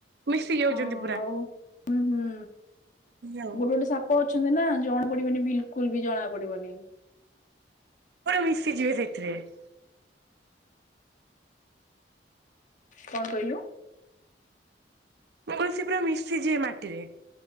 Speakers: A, on the right; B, on the left.
A: ମିଶି ଯାଉଛନ୍ତି
B: ହଁ
A: ପୁରା
B: ଆଉ ହୁଁ ହୁଁ
A: ଆଉ
B: ଗୋଟେ ଗୋଟେ ସାପ ଅଛନ୍ତି ନା ଜଣା ପଡିବନି ବିଲକୁଲ ବି ଜଣା ପଡିବନି। <inaudible>
A: ମିଶିଯିବେ ସେଥିରେ। <inaudible>
B: କଣ କହିଲୁ।
A: ମୁଁ କହିଲି ସେ ପୁରା ମିଶି ଯିବେ ମାଟିରେ।